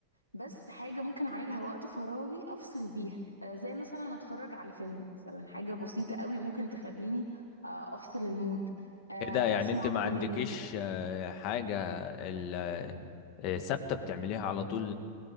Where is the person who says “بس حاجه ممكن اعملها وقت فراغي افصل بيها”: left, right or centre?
Left